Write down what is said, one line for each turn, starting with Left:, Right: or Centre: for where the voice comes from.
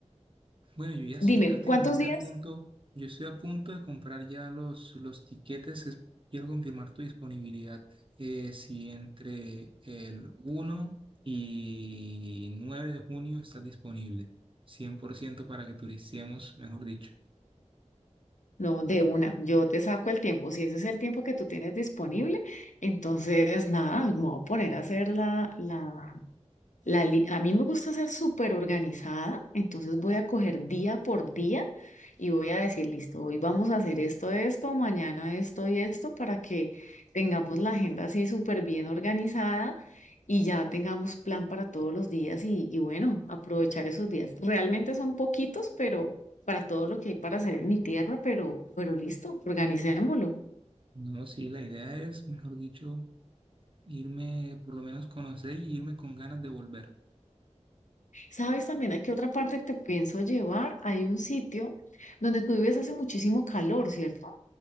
Right: Bueno, yo ya estoy
Left: Dime,
Right: prácticamente
Left: ¿cuántos días?
Right: a punto, yo estoy a punto de comprar ya los, los tiquetes, es- quiero confirmar tu disponibilidad. Eh, si entre el uno y nueve de junio estás disponible, 100% para que turiciemos, mejor dicho.
Left: No, de una, yo te saco el tiempo. Si ese es el tiempo que tú tienes disponible, entonces nada, me voy a poner a hacer la, la, La li- a mí me gusta ser súper organizada, entonces voy a coger día por día y voy a decir, listo, hoy vamos a hacer esto, esto, mañana esto y esto para que tengamos la agenda así súper bien organizada y ya tengamos plan para todos los días y, y bueno, aprovechar esos días. Realmente son poquitos, pero para todo lo que hay para hacer en mi tierra, pero, pero listo, organicémoslo.
Right: No, sí, la idea es, mejor dicho, irme, por lo menos conocer y irme con ganas de volver.
Left: ¿Sabes también a qué otra parte te pienso llevar? Hay un sitio donde tú vives hace muchísimo calor, ¿cierto?